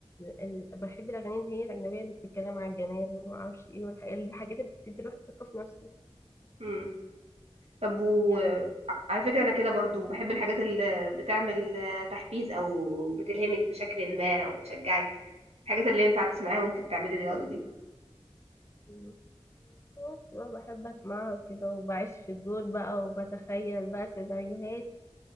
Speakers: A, on the left; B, on the right.
A: ال- بحب الأغاني اللي هي الأجنبية اللي بتتكلم عن الجمال وما أعرفش إيه والحاجات اللي بتدي الواحد ثقة في نفسه
B: امم طب و
A: يعني
B: على فكره انا كده برضو بحب الحاجات اللي بتعمل آه، تحفيز او بتلهمك بشكل ما او بتشجعك الحاجات اللي ينفع تسمعيها وانت بتعملي رياضه دي
A: كان- بس بقى بحب اسمعها وكده وبعيش في الدور بقى وبتخيل بقى سيناريوهات